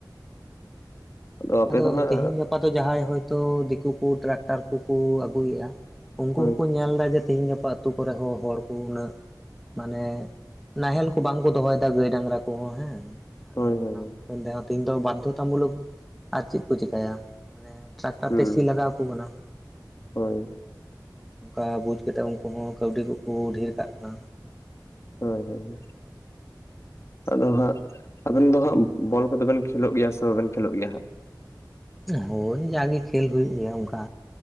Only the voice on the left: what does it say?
<inaudible>
ᱫᱚ ᱦᱟᱸᱜ
ᱦᱳᱭ
ᱦᱳᱭ ᱦᱳᱭ
ᱦᱩᱸ
ᱦᱳᱭ
ᱦᱳᱭ, ᱦᱳᱭ, ᱦᱳᱭ᱾ ᱟᱫᱚ ᱦᱟᱸᱜ ᱟᱵᱮᱱ ᱫᱚ ᱦᱟᱸᱜ ᱵᱚᱞ ᱠᱚᱫᱚ ᱵᱮᱱ ᱠᱷᱮᱞᱳᱜ ᱜᱮᱭᱟ ᱥᱮ ᱵᱟᱵᱮᱱ ᱠᱷᱮᱞᱳᱜ ᱜᱮᱭᱟ ᱦᱟᱸᱜ?